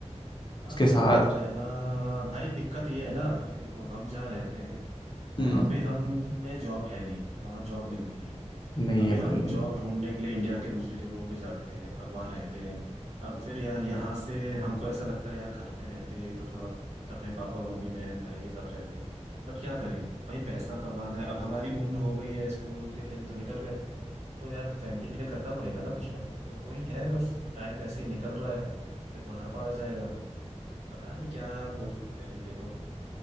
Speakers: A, on the right; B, on the left.
A: हाँ
B: उसके
A: साथ
B: साथ
A: रहना भाई दिक्कत ये है ना कि देखो हम जहाँ रहते हैं वहां
B: हम्म
A: पे हम में जॉब है नहीं वहाँ जॉब मिलती नहीं है
B: नहीं
A: अभी
B: है भाई
A: हम
B: नहीं
A: जॉब
B: है
A: ढूंढने के लिए इंडिया के दूसरी जगहों पे जाते हैं अब वहाँ रहते हैं अब फिर यार यहाँ से हमको ऐसा लगता है यार घर पे रहते तो थोड़ा अपने पापा मम्मी बहन भाई के साथ रहते बट क्या करें भाई पैसा कमाना है अब हमारी उम्र हो गई है स्कूल के दिन तो निकल गए तो यार फैमिली के लिए करना पड़ेगा ना कुछ ना कुछ तो वही है बस टाइम ऐसे ही निकल रहा है फिर बुढ़ापा आ जाएगा पता नहीं क्या बोल सकते हैं अभी देखो